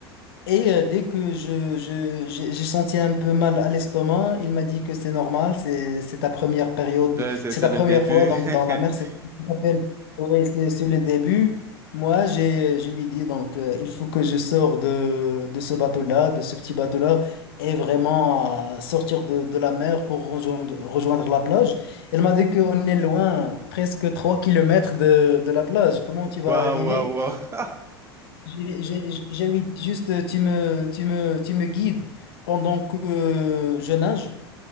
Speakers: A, on the left (about 65°); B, on the right (about 20°).
A: Et euh, dès que je, je- j'ai j'ai senti un peu mal à l'estomac, il m'a dit que c'est normal, c'est c'est ta première période,
B: Euh, C'est
A: c'est
B: c'est
A: ta
B: le
A: première
B: début.
A: fois donc
B: <laughs>
A: dans la mer, c'est tout à fait- oui, c'est c'est le début. Moi, j'ai je lui dis donc euh, il faut que je sors de, de ce bateau-là, de ce petit bateau-là et vraiment euh, sortir de, de la mer pour rejoindre, rejoindre la plage. Il m'a dit qu'on est loin, presque 3 kilomètres de, de la plage. Comment tu vas
B: Waouh,
A: arriver?
B: waouh, waouh.
A: J'ai j'ai- j'ai envie de- juste, euh, tu me, tu me, tu me guides pendant que euh, je nage.